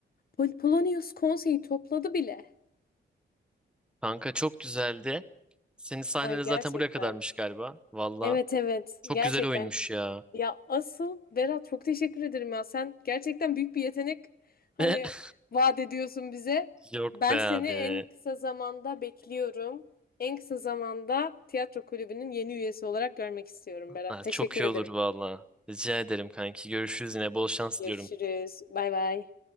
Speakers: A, on the left; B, in the centre.
A: Pol- Polonius konseyi topladı bile.
B: Kanka çok güzeldi. Senin sahnene
A: Ay gerçekten.
B: zaten buraya kadarmış galiba. Valla
A: Evet evet,
B: çok
A: gerçekten
B: güzel oyunmuş ya.
A: Ya asıl Berat çok teşekkür ederim ya. Sen gerçekten büyük bir yetenek hani
B: <laughs>
A: vaat ediyorsun bize.
B: Yok
A: Ben
B: be
A: seni
B: abi.
A: en kısa zamanda bekliyorum. En kısa zamanda tiyatro kulübünün yeni üyesi olarak görmek istiyorum Berat.
B: Ha,
A: Teşekkür
B: çok iyi
A: ederim.
B: olur valla. Rica ederim kanki. Görüşürüz yine. Bol şans
A: Görüşürüz.
B: diliyorum.
A: Bay bay.